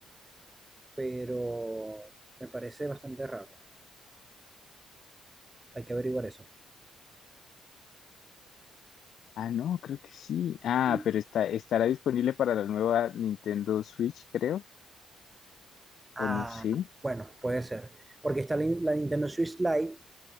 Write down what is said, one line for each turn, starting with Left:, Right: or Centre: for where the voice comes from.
Right: pero me parece bastante raro. Hay que averiguar eso.
Left: Ah, no, creo que sí. Ah,
Right: Y-
Left: pero está, estará disponible para la nueva Nintendo Switch, creo,
Right: Ah,
Left: o no sí
Right: bueno, puede ser, porque está la, la Nintendo Switch Lite